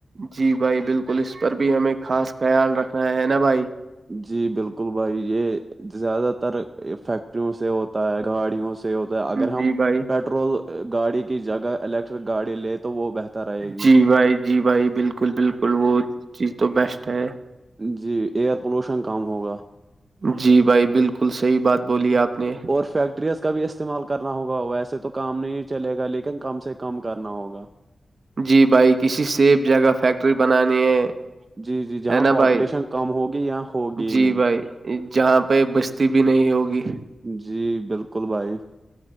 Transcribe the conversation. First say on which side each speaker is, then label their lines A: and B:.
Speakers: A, on the right; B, on the right.
A: جی بھائی بالکل اس پر بھی ہمیں خاص خیال رکھنا ہے نا بھائی
B: جی بالکل بھائی یہ زیادہ تر فیکٹریوں سے ہوتا ہے گاڑیوں سے ہوتا ہے اگر
A: جی
B: ہم
A: بھائی
B: پیٹرول گاڑی کی جگہ الیکٹرک گاڑی لیں تو وہ بہتر رہے گی
A: جی بھائی جی بھائی بالکل بالکل وہ چیز تو بیسٹ ہے
B: جی ایئر پولوشن کم ہوگا
A: جی بھائی بالکل صحیح بات بولی آپ نے
B: اور فیکٹریز کا بھی استعمال کرنا ہوگا ویسے تو کام نہیں چلے گا لیکن کم سے کم کرنا ہوگا
A: جی بھائی کسی سیف جگہ فیکٹری بنانی ہے
B: جی جی جہاں
A: ہے نا
B: پاپولیشن
A: بھائی
B: کم ہوگی یا ہوگی
A: جی
B: ہی نہیں
A: بھائی جہاں پہ بستی بھی نہیں ہوگی
B: جی بالکل بھائی